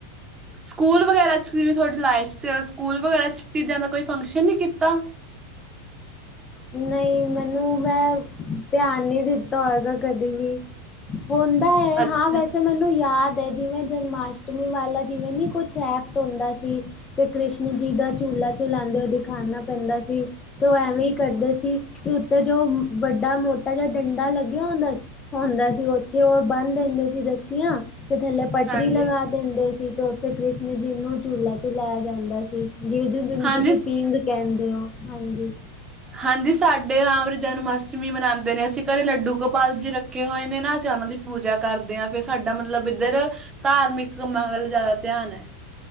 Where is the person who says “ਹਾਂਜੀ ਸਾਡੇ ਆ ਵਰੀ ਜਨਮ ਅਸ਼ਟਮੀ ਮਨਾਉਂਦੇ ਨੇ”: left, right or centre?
Right